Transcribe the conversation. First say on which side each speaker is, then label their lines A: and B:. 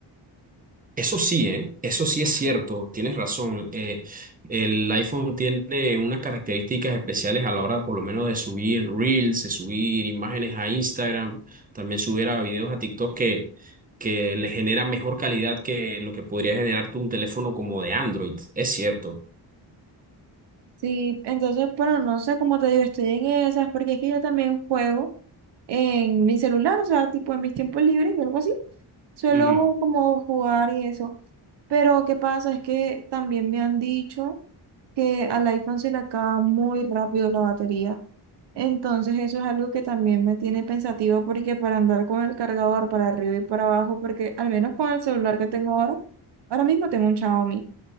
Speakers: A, on the right; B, on the right.
A: Eso sí, ¿eh? Eso sí es cierto, tienes razón. Eh, el iPhone tiene unas características especiales a la hora, por lo menos, de subir Reels, de subir imágenes a Instagram, también subir a videos a TikTok que, que le genera mejor calidad que lo que podría generar tú un teléfono como de Android. Es cierto.
B: Sí, entonces, pero no sé, cómo te digo, estoy en esas, porque es que yo también juego. en mi celular, o sea, tipo en mis tiempos libres y algo así. Suelo
A: Ujú.
B: como jugar y eso. Pero ¿qué pasa? Es que también me han dicho que al iPhone se le acaba muy rápido la batería. Entonces eso es algo que también me tiene pensativa porque para andar con el cargador para arriba y para abajo, porque al menos con el celular que tengo ahora, ahora mismo tengo un Xiaomi.